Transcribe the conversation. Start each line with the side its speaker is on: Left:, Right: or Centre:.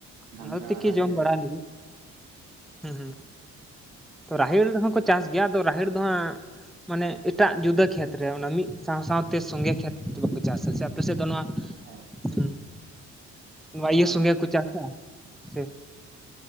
Right: ᱜᱷᱟᱸᱝᱨᱟ
Centre: ᱚᱱᱟᱫᱚ ᱛᱤᱠᱤ
Right: ᱨᱟᱦᱮᱲ
Centre: ᱡᱚᱢ ᱵᱟᱲᱟ ᱞᱟᱹᱜᱤᱫ, ᱦᱩᱸ ᱦᱩᱸ᱾ ᱛᱚ ᱨᱟᱦᱮᱲ ᱦᱚᱸ ᱠᱚ ᱪᱟᱥ ᱜᱮᱭᱟ ᱟᱫᱚ ᱨᱟᱦᱮᱲ ᱫᱚ ᱦᱟᱸᱜ ᱢᱟᱱᱮ ᱮᱴᱟᱜ ᱡᱩᱫᱟᱹ ᱠᱷᱮᱛ ᱨᱮ ᱚᱱᱟ ᱢᱤᱫ ᱥᱟᱶ ᱥᱟᱶ ᱛᱮ ᱥᱚᱸᱜᱮ ᱠᱷᱮᱛ ᱛᱚ ᱵᱟᱠᱚ ᱪᱟᱥᱟ ᱥᱮ ᱟᱯᱮ ᱥᱮᱫ ᱫᱚ ᱱᱚᱣᱟ
Right: ᱦᱮᱸ᱾
Centre: ᱦᱩᱸ᱾ ᱱᱚᱣᱟ
Right: ᱵᱟ
Centre: ᱤᱭᱟᱹ ᱥᱚᱸᱜᱮ
Right: ᱵᱟ
Centre: ᱠᱚ ᱪᱟᱥᱟ? ᱥᱮ